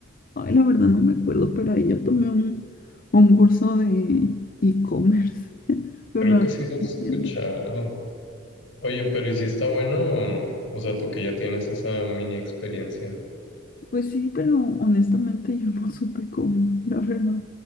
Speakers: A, on the left; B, on the left.
A: ay, la verdad no me acuerdo, pero ahí yo tomé un, un curso de e-commerce, <laughs> pero
B: creo
A: no,
B: que
A: sé
B: sí lo he
A: cómo
B: escuchado.
A: se llama.
B: Oye, pero ¿y si está bueno o no? O sea, tú que ya tienes esa mini experiencia.
A: pues sí, pero honestamente yo no supe cómo, la verdad,